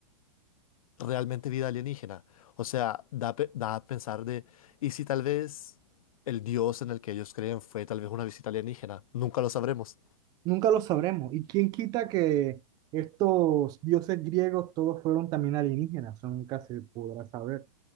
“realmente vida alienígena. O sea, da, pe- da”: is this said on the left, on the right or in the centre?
Left